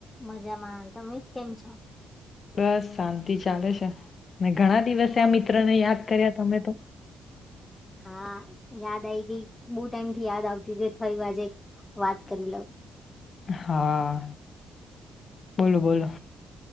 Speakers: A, on the left; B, on the left.
A: મજામાં તમે કેમ છો
B: બસ શાંતિ ચાલે છે ને ઘણા દિવસે
A: હમ્મ.
B: આ મિત્ર ને યાદ કર્યા તમે તો
A: હા યાદ આ ગઈ બહુ ટાઈમ થી યાદ આવતી થઈ વાજે વાત કરી લઉં
B: હા બોલો બોલો